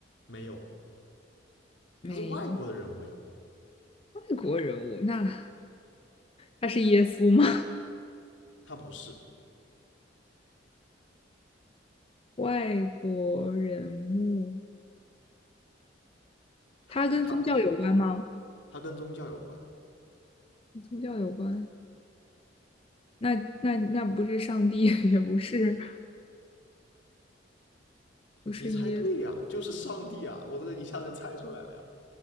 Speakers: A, on the left; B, on the left.
A: 没有？
B: 没，
A: 他是外国的人物呀，
B: 外国人物，那他是耶稣吗？
A: 他不是，
B: <laughs> 外国人物。
A: 他他他不是，
B: 它跟宗教有关吗？
A: 他跟宗教有关。
B: 跟宗教有关，那那那不是上帝，<laughs> 也不是不是耶稣，
A: 你猜对了呀，就是上帝啊！我这个一下就猜出来了呀。